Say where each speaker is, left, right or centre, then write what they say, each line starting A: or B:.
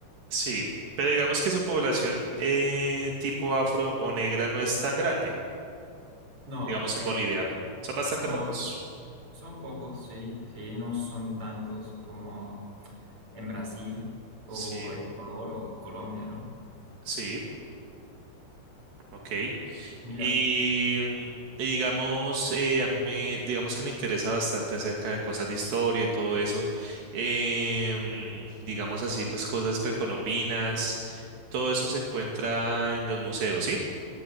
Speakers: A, on the right; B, on the right.
A: sí. Pero digamos que su población eh, tipo afro o negra no es tan grande,
B: No,
A: digamos
B: eh,
A: en Bolivia. Son bastante
B: no,
A: pocos.
B: son pocos, sí, sí, no son tantos como en Brasil o
A: Sí,
B: Ecuador o Colombia, ¿no?
A: sí, ok.
B: Mira,
A: Y, mm, y digamos, eh, a mí, digamos que me interesa bastante acerca de cosas de historia y todo eso. Em, digamos así, pues cosas precolombinas. Todo eso se encuentra en los museos, ¿sí?